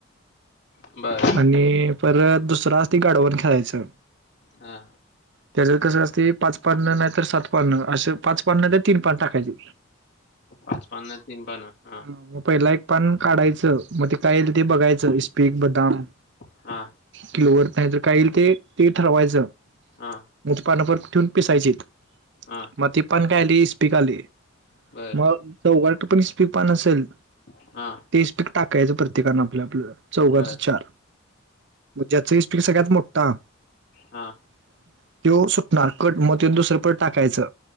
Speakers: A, on the left; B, on the right.
A: <inaudible> बरं.
B: आणि परत दुसर असतं गाडवण खेळायचं.
A: हा.
B: त्याच्या कसं असते, पाच पान, नाही तर सात पाननं. असं पाच पान नाही तर तीन पान टाकायची.
A: पाच पान नाही तर तीन पानं. हा
B: मग पहिला एक पान काढायचं, मग ते काय येईल ते बघायचं इस्पीक, बदाम
A: <inaudible> हा
B: किलोवर नाही तर, काय येईल ते, ते ठरवायचं.
A: हा.
B: मग पान परत ठेवून पिसायचेत.
A: अं
B: मग ती पान काय आली इस्पीक आली,
A: बर
B: मग चौघात पण इस्पीक पान असंल
A: <inaudible> हा.
B: ते इस्पीक टाकायचं प्रत्येकानं आपलं, आपलं चौघांचं
A: बर
B: तर <inaudible> ज्याचं इस्पीक सगळ्यात मोठा
A: हा.
B: <inaudible> त्यो सुटणार. कट मग ते दुसरं परत टाकायचं,